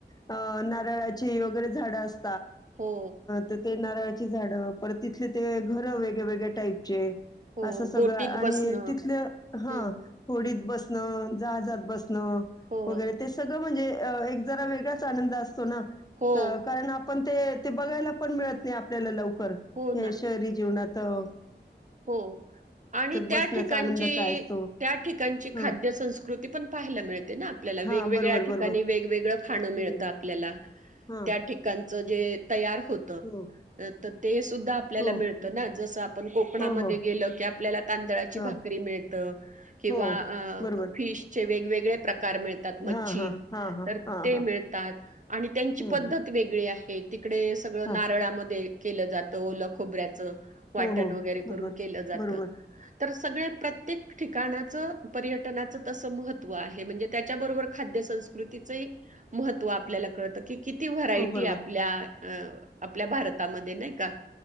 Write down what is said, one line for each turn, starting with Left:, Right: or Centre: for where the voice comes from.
Left: अ नारळाची वगरे. झाडं अस
Right: हो
Left: तर ते नारळाची झाडं परत तिथले ते घरं वेगळ्या वेगळ्या टाईपचे
Right: हो.
Left: असं सगळं
Right: बोटीत
Left: आणि
Right: बसणं.
Left: तिथलं हां
Right: हं.
Left: होडीत बस जहाजात बस
Right: हो,
Left: वगैरे ते सगळं म्हणजे एक जरा वेगळाच आनंद असत हो ना
Right: हो.
Left: कारण पण ते ते बघायला पण मिळत नाही आपल्याला लव बर
Right: हो
Left: ह्या
Right: ना.
Left: शहरी जीवनात तर
Right: हो आणि त्या
Left: बसण्याचा
Right: ठिकाणची
Left: आनंद काय असतो
Right: त्या ठिकाणची
Left: ह
Right: खाद्य संस्कृती पण पाहायला मिळते ना आपल्याला
Left: हा
Right: वेगवेगळ्या
Left: बरोबर
Right: ठिकाणी
Left: बरोबर
Right: वेगवेगळं खाणं मिळतं
Left: हम्म
Right: आपल्याला
Left: हा
Right: त्या ठिका जं जे तयार होतं.
Left: हो
Right: ते सुद् आपल्याला
Left: हो
Right: मिळत ना जस कोणामध्ये
Left: हो हो
Right: गेलं की अ आपल्याला तांदळाची
Left: हा
Right: भाकरी मिळते. त. किंवा
Left: हो बरोबर
Right: फिश जे वे वेगळे प्रका प्रकार मिळतात मच्छी,
Left: हा हा हा हा
Right: तर
Left: हा
Right: ते
Left: हा
Right: मिळतात आणि त्यांची
Left: हो
Right: पद्धत
Left: हो
Right: वेगळी आहे. तिकडे सगळं
Left: हा
Right: नारळांमध्ये केलं जातं ओलं खोबऱ्याचं. वाटणं
Left: हो हो
Right: वगैरे करून
Left: बरोबर
Right: केलं जातं.
Left: बरोबर
Right: तर सगळे प्रत्येक ठिकाणाचं पर्यटनाचं तसं महत्त्व आहे म्हणजे, त्याच्याबरोबर खाद्य संस्कृतीचंही महत्त्व आपल्याला कळतं की किती व्हरायटी
Left: हो बरोबर
Right: आपल्या अ आपल्या भारतामध्ये नाही का?